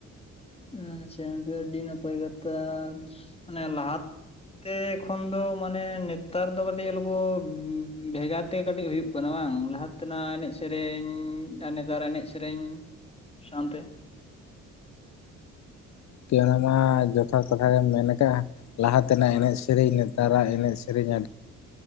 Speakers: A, on the left; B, on the left.
A: ᱟᱪᱪᱷᱟ ᱟᱹᱰᱤ ᱱᱟᱯᱟᱹᱭ ᱠᱟᱛᱟ ᱢᱟᱱᱮ ᱞᱟᱦᱟ᱾ ᱛᱮ ᱠᱷᱚᱱ ᱫᱚ ᱢᱟᱱᱮ ᱱᱮᱛᱟᱨ ᱫᱚ ᱠᱟᱹᱴᱤᱡ ᱚᱞᱠᱚ ᱵᱷᱮᱜᱟᱨ᱾ ᱛᱮᱜᱮ ᱠᱟᱹᱴᱤᱡ ᱦᱩᱭᱩᱜ ᱠᱟᱱᱟ ᱵᱟᱝ ᱞᱟᱦᱟ ᱛᱮᱱᱟᱜ ᱮᱱᱮᱡ ᱥᱮᱨᱮᱧ ᱟᱨ ᱱᱮᱛᱟᱨᱟᱜ ᱮᱱᱮᱡ ᱥᱮᱨᱮᱧ᱾ ᱥᱟᱶᱱ ᱛᱮ
B: ᱠᱤ ᱚᱱᱟ ᱢᱟ ᱡᱚᱛᱷᱟᱛ ᱠᱟᱛᱷᱟ ᱜᱮᱢ ᱢᱮᱱ ᱠᱟᱜᱼᱟ᱾ ᱞᱟᱦᱟ ᱛᱮᱱᱟᱜ ᱮᱱᱮᱡ ᱥᱮᱨᱮᱧ ᱱᱮᱛᱟᱨᱟᱜ ᱮᱱᱮᱡ ᱥᱮᱨᱮᱧ ᱟᱹᱰᱤ